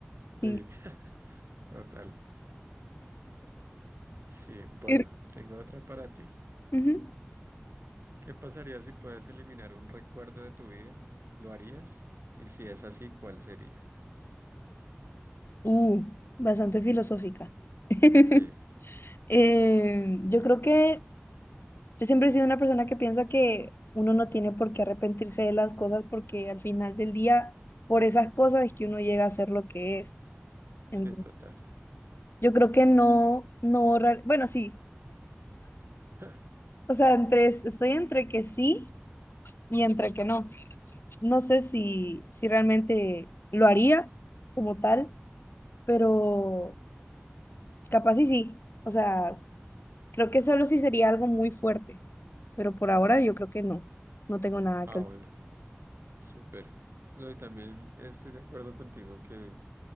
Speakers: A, on the right; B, on the left.
A: Sí,
B: Qué
A: <laughs> total. Sí, bueno,
B: increíble.
A: tengo otra para ti.
B: Ujú.
A: ¿Qué pasaría si puedes eliminar un recuerdo de tu vida? ¿Lo harías? Y si es así, ¿cuál sería?
B: Uh, bastante filosófica. <laughs>
A: Sí,
B: Eh, yo creo que yo siempre he sido una persona que piensa que uno no tiene por qué arrepentirse de las cosas porque al final del día, por esas cosas es que uno llega a ser lo que es.
A: sí,
B: Entonces,
A: total.
B: yo creo que no, no borrar, bueno, sí,
A: <laughs>
B: o sea, entre, estoy entre que sí y entre que no. No sé si, si realmente lo haría como tal pero capaz y sí. O sea, creo que solo sí sería algo muy fuerte, pero por ahora yo creo que no. No tengo nada
A: Ah,
B: que...
A: bueno, súper. No, y también estoy de acuerdo contigo que